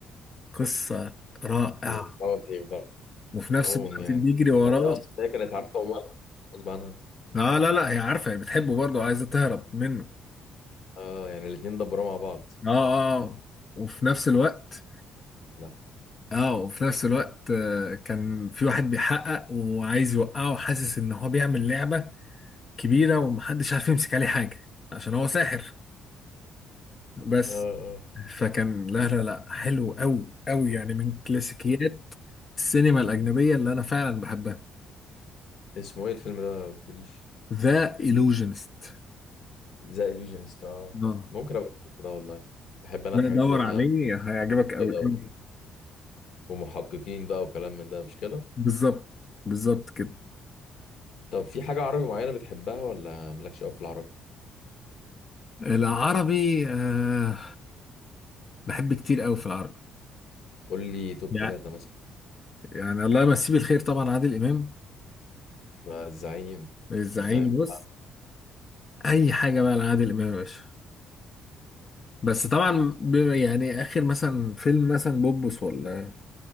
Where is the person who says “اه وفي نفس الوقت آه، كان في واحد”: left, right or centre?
Left